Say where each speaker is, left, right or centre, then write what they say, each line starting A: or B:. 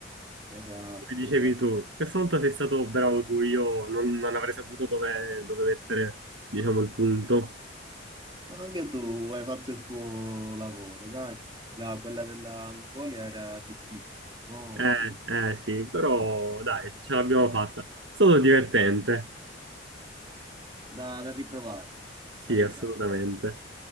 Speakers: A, on the right (about 25°); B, on the right (about 75°).
A: Esatto,
B: Come dicevi
A: esatto.
B: tu, questa volta sei stato bravo tu, io non, non avrei saputo dove, dove mettere, diciamo, il punto.
A: No, Anche tu hai fatto il tuo lavoro, dai. Dai, quella della Mongolia era difficile, molto
B: Eh,
A: difficile.
B: eh sì, però dai, ce l'abbiamo fatta. È stato divertente.
A: Da, da riprovare, da
B: Sì,
A: ripare.
B: assolutamente.